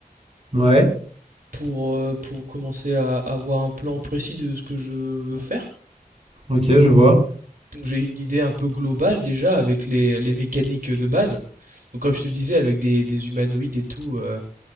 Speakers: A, on the right; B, on the right.
A: Ouais.
B: pour, euh, pour commencer à avoir un plan précis de ce que je veux faire.
A: Ok, je vois.
B: Donc j'ai une idée un peu globale déjà avec les, les mécaniques de base. Donc comme je te disais, avec des, des humanoïdes et tout. euh,